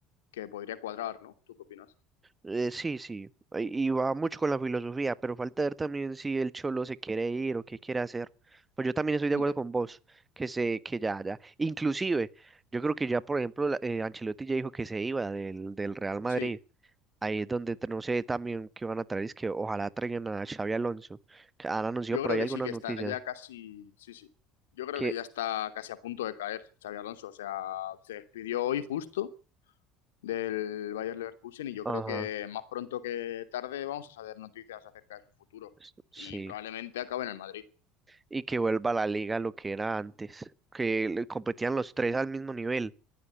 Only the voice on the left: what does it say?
que podría cuadrar, ¿no? ¿Tú qué opinas?
<laughs>
Hombre,
sí.
Yo
creo
que
sí, que
está ya casi, sí, sí. Yo creo
que ya está casi a punto de caer Xabi Alonso. O sea, se despidió hoy justo del Bayer Leverkusen y yo
creo que más pronto que tarde vamos a saber noticias acerca de su futuro
y probablemente acabe en el Madrid.